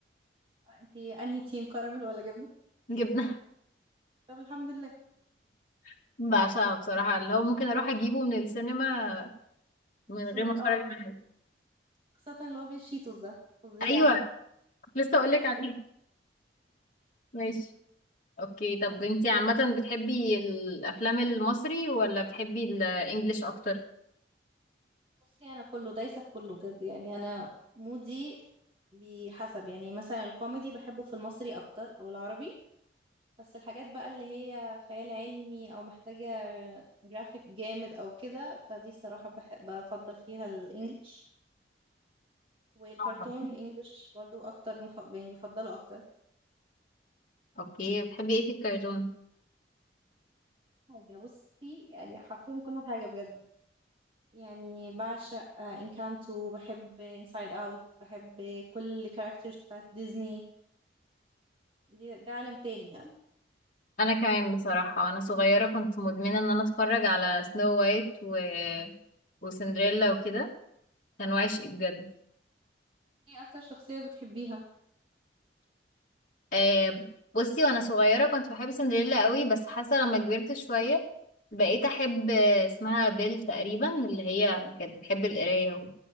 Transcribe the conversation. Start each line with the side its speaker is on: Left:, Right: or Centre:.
Right: آه، انتي انهي تيم كراميل ولا جبنه
Left: جبنة
Right: طب الحمد لله
Left: <laughs> بعشقها بصراحة اللي هو ممكن أروح أجيبه من السينما من
Right: مبسوط
Left: غير ما اتفرج
Right: اه
Left: على حاجه
Right: خاصه اللي هو بالشيتوس ده فظيع
Left: ايوه كنت لسه اقول
Right: ايوه
Left: لك عليه ماشي اوكي طب انتي عامه بتحبي الافلام المصري ولا بتحبي الانجليش اكتر
Right: بصي انا كله دايسه في كله بجد يعني انا مودي بحسب يعني مثلا الكوميدي بحبه في المصري اكتر او العربي بس الحاجات بقى اللي هي خيال علمي او محتاجه جرافيك جامد او كده فدي الصراحه بحب بفضل فيها الانجليش والكرتون
Left: آه.
Right: انجليش برضو اكتر مف... يعني بفضله اكتر
Left: اوكي بتحبي ايه في الكرتون
Right: حاجه بصي يعني حرفيا كل حاجه بجد يعني بعشق آه، انكانتو بحب انسايد اوت بحب كل الكاركترز بتاعت ديزني دي- ده عالم تاني يعني
Left: انا كمان بصراحه وانا صغيره كنت مدمنه ان انا اتفرج على سنو وايت و... وسندريلا وكده كان وعشق بجد
Right: ايه اكتر شخصية بتحبيها
Left: آه بصي وانا صغيره كنت بحب سندريلا قوي بس حاسه لما كبرت شويه بقيت احب آه، اسمها بيل تقريبا اللي هي كانت بتحب القرايه